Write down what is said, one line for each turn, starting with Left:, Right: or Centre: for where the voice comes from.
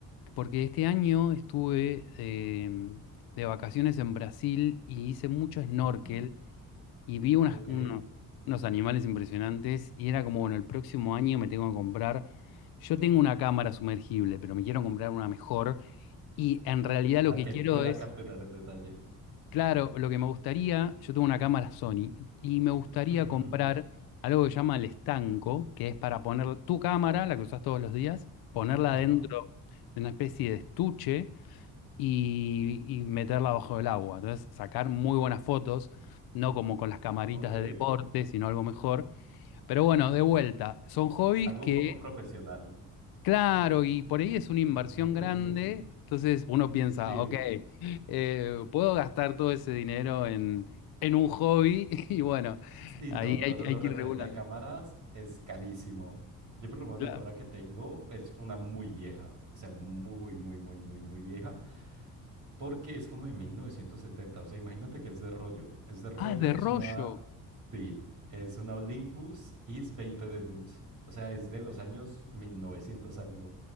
Left: porque este año estuve eh, de vacaciones en Brasil y hice mucho snorkel
Right: Mm,
Left: y vi unas-
Right: ok.
Left: unos, unos animales impresionantes y era como, bueno, el próximo año me tengo que comprar, yo tengo una cámara sumergible, pero me quiero comprar una mejor y en realidad lo
Right: Una
Left: que
Right: que
Left: quiero
Right: pueda
Left: es,
Right: capturar el detalle.
Left: claro, lo que me gustaría, yo tengo una cámara Sony y me gustaría
Right: Ujú.
Left: comprar algo que se llama el estanco, que es para poner tu cámara, la que usas todos los días, ponerla
Right: Ajá.
Left: dentro de una especie de estuche y, y meterla bajo el agua. Entonces, sacar muy buenas fotos, no como con las camaritas
Right: Ok.
Left: de deporte, sino algo mejor. Pero bueno, de vuelta, son hobbies
Right: Algo
Left: que,
Right: un poco profesional.
Left: claro, y por ahí es una inversión
Right: No, re
Left: grande.
Right: bien.
Left: Entonces uno piensa,
Right: Sí.
Left: ok, eh, puedo gastar todo ese dinero en, en un hobby <laughs> y bueno,
Right: Sí,
Left: ahí
Right: no, todo
Left: hay,
Right: lo
Left: hay que
Right: referente
Left: ir regulando.
Right: a cámaras es carísimo. Yo por lo menos
Left: Claro.
Right: la cámara que tengo es una muy vieja. O sea, muy, muy, muy, muy, muy vieja. Porque es como de 1970. O sea, imagínate que es de rollo. Es de rollo,
Left: Ah, es de
Right: es
Left: rollo,
Right: una Sí, es una Olympus IS 20 Deluxe. O sea, es de los años 1900 algo.